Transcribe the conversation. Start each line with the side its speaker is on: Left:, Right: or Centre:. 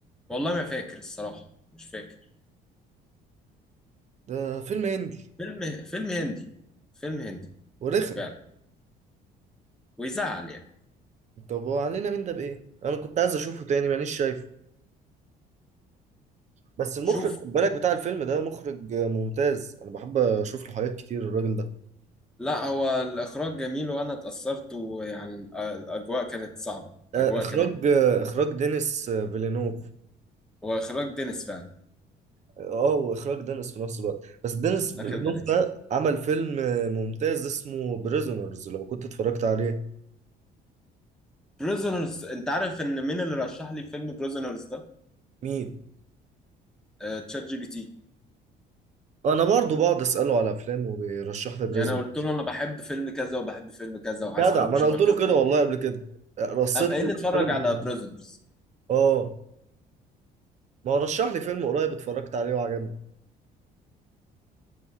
Centre: والله ما فاكر الصراحه مش فاكر
Right: ده فيلم هندي
Centre: فيلم فيلم هندي فيلم هندي
Right: ورخم
Centre: فعلا ويزعل يعني
Right: طب وعلينا من ده بإيه؟ أنا كنت عايز أشوفه تاني مانيش شايفه بس المخرج
Centre: شوف
Right: خد بالك بتاع الفيلم ده مخرج آه، ممتاز انا بحب اشوف له حاجات كتير الراجل ده
Centre: لا هو الاخراج جميل وانا اتاثرت ويعني الأ- الاجواء كانت صعبه
Right: آه،
Centre: الاجواء
Right: اخراج
Centre: كانت
Right: آه، اخراج دينيس آه، فيلينوف
Centre: هو اخراج دينيس فعلا
Right: اه واخراج دينيس في نفس الوقت بس دينيس
Centre: اخر
Right: فيلينوف
Centre: دينيس
Right: ده عمل فيلم آه، ممتاز اسمه بريزونرز لو كنت اتفرجت عليه
Centre: بريزونرز انت عارف ان مين اللي رشح لي فيلم بريزونرز ده
Right: مين
Centre: آه، تشات جي بي تي
Right: انا برضو بقعد اساله على افلام وبيرشح لي بريزونرز
Centre: يعني انا قلت له انا بحب فيلم كذا وبحب فيلم كذا وعايز
Right: جدع
Centre: فيلم
Right: ما
Centre: شبه
Right: انا قلت
Centre: كذا
Right: له كده والله قبل كده آه، رصيت
Centre: قام قايل
Right: له الأفلام
Centre: لي اتفرج على
Right: اللي-
Centre: بريزونرز
Right: اه ما هو رشح لي فيلم قريب اتفرجت عليه وعجبني